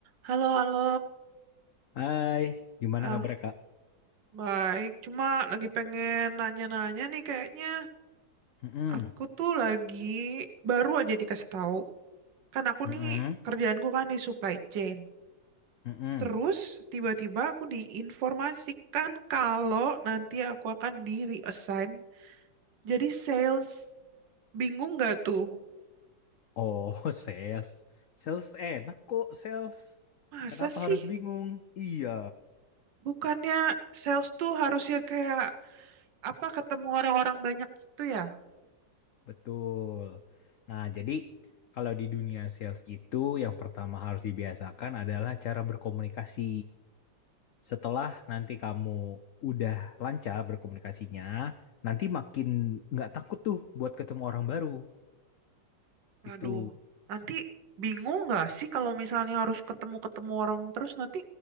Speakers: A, on the right; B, on the left.
A: Halo, halo.
B: Hai, gimana
A: Ah,
B: kabar Kak?
A: baik. Cuma lagi pengen nanya-nanya nih kayaknya.
B: Mm-mm,
A: Aku tuh lagi baru aja dikasih tahu. Kan aku
B: mm-mm,
A: nih kerjaanku kan di supply chain.
B: mm-mm.
A: Terus tiba-tiba aku diinformasikan kalau nanti aku akan di reassign jadi sales. Bingung nggak tuh?
B: Oh, <laughs> sales. Sales enak kok, sales.
A: Masa
B: Kenapa
A: sih?
B: harus bingung? Iya,
A: Bukannya sales tuh harusnya kayak apa ketemu orang-orang banyak gitu ya?
B: betul. Nah, jadi kalau di dunia sales itu yang pertama harus dibiasakan adalah cara berkomunikasi. Setelah nanti kamu udah lancar berkomunikasinya, nanti makin nggak takut tuh buat ketemu orang baru.
A: Waduh,
B: Itu.
A: nanti bingung nggak sih kalau misalnya harus ketemu-ketemu orang terus nanti